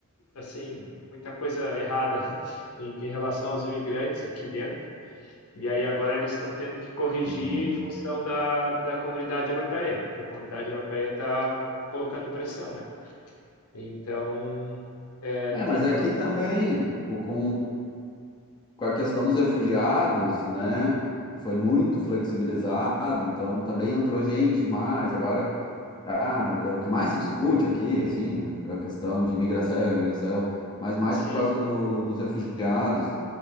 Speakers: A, on the left (about 70°); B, on the left (about 20°).
A: assim, muita coisa errada <laughs> em, em relação aos imigrantes aqui dentro. E aí agora eles estão tendo que corrigir
B: uhum.
A: em função da, da comunidade europeia, porque a comunidade europeia está colocando pressão, né? Então, é,
B: É,
A: tem
B: mas aqui
A: toda.
B: também, pô, com, com a questão dos refugiados, né? Foi muito flexibilizado, então também entrou gente demais. Agora, tá, é o que mais se discute aqui, assim, a questão de imigração, imigração, mas mais
A: Sim.
B: por causa do, dos refugiados.